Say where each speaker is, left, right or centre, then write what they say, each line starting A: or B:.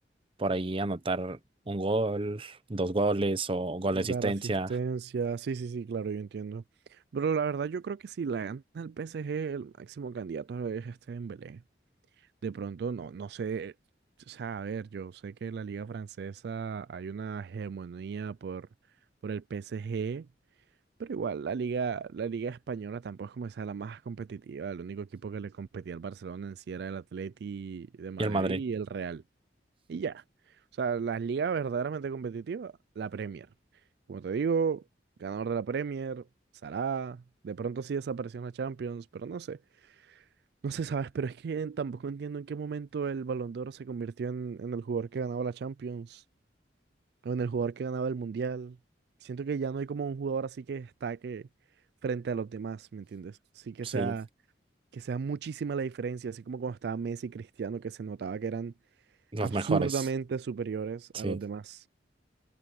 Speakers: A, on the right (about 30°); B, on the right (about 60°).
A: por ahí anotar un gol, dos goles o gol de
B: Dar
A: asistencia.
B: asistencia, sí, sí, sí, claro, yo entiendo. Pero la verdad yo creo que si la gana el PSG, el máximo candidato es este Dembélé. De pronto, no, no sé, o sea, a ver, yo sé que en la liga francesa hay una hegemonía por, por el PSG, pero igual la liga, la liga española tampoco es como esa la más competitiva. El único equipo que le competía al Barcelona en sí era el Atleti de Madrid
A: Y el Madrid,
B: y el Real. Y ya. O sea, las ligas verdaderamente competitivas, la Premier. Como te digo, ganador de la Premier, Salah. De pronto sí desapareció en la Champions, pero no sé. No sé, ¿sabes? Pero es que tampoco entiendo en qué momento el Balón de Oro se convirtió en, en el jugador que ganaba la Champions o en el jugador que ganaba el Mundial. Siento que ya no hay como un jugador así que destaque frente a los demás, ¿me entiendes? Sí que
A: sí,
B: sea, que sea muchísima la diferencia, así como cuando estaba Messi y Cristiano, que se notaba que eran
A: los
B: absurdamente
A: mejores.
B: superiores
A: Sí,
B: a los demás.